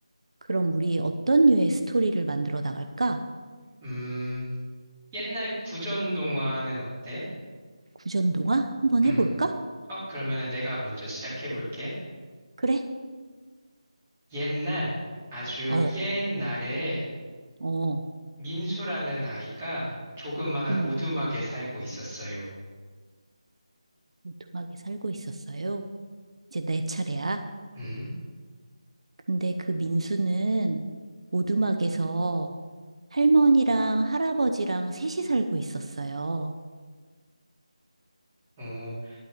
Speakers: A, on the right; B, on the right.
A: 그럼 우리 어떤 류의 스토리를 만들어 나갈까?
B: 음, 옛날 구전 동화는 어때?
A: 구전동화 한번
B: 음,
A: 해볼까?
B: 어, 그러면 내가 먼저 시작해 볼게.
A: 그래?
B: 옛날, 아주
A: 어,
B: 옛날에
A: 어,
B: 민수라는 아이가 조그만한
A: 음.
B: 오두막에 살고 있었어요.
A: 오두막에 살고 있었어요. 이제 내 차례야.
B: 음,
A: 근데 그 민수는 오두막에서 할머니랑 할아버지랑 셋이 살고 있었어요.
B: 어,